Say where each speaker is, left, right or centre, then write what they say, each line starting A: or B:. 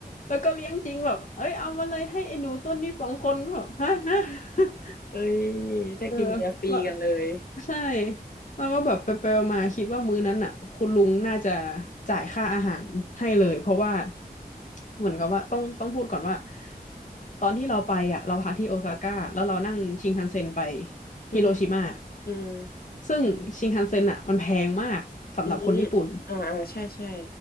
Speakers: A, on the left; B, on the left.
A: แล้วก็เลี้ยงจริงแบบเอ้ยเอามาเลยให้ไอ้หนูต้นนี้สองคนก็แบบฮะฮะ <laughs>
B: เอ้ยได้กินเบียร์ฟรีกันเลย
A: เออแล้วใช่แล้วก็แบบไปไปมาๆคิดว่ามื้อนั้นอ่ะคุณลุงน่าจะจ่ายค่าอาหารให้เลยเพราะว่าเหมือนกับว่าต้องต้องพูดก่อนว่าตอนที่เราไปอ่ะเราพักที่โอซาก้าแล้วเรานั่งชินคันเซ็นไป
B: อืม
A: ฮิโรชิมา
B: อืม
A: ซึ่งชินคันเซ็นอ่ะมันแพงมากสำหรับคนญี่ปุ่น
B: อืมอ่าอ่าใช่ ใช่